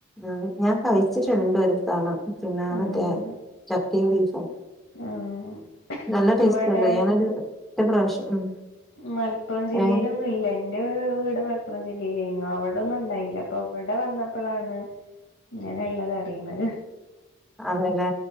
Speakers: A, in the centre; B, on the left.
A: ഉം ഞാൻ കഴിച്ചിട്ട്ണ്ട് ഒരു തവണ പിന്നാ
B: ആഹ്
A: മറ്റേ ചക്കിം ബീഫും
B: ആഹ്
A: നല്ല ടേസ്റ്റ്ണ്ട്
B: ഇവിടെ
A: ഞാനര് ഒറ്റപ്രാവ്ശ്യം ഉം
B: മൽപ്പുറം ജില്ലേലൊന്നും
A: ഏഹ്
B: ഇല്ലയ്ന് ഇന്റെ വീട് മൽപ്പുറം ജില്ലേലേയ്നു അവടൊന്നു ഇണ്ടായില്ല ഇപ്പൊ ഇവടെ വന്നപ്പളാണ് ഇങ്ങനെള്ളതറീണെ
A: ആണ് ലെ